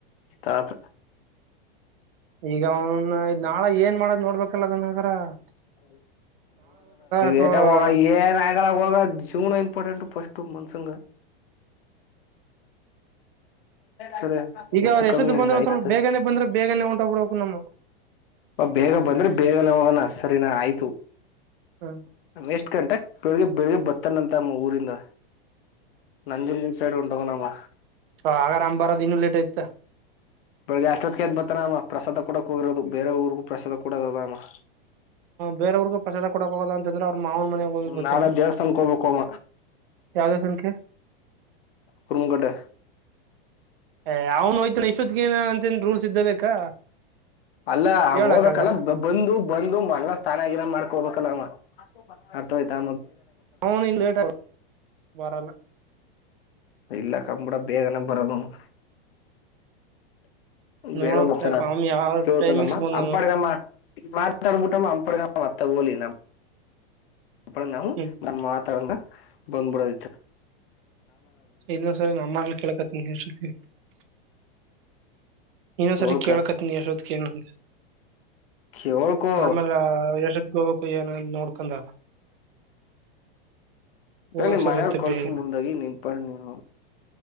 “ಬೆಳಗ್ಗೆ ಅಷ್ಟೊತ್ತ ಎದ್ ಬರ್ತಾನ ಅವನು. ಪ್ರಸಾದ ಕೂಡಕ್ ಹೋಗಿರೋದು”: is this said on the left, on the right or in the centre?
Left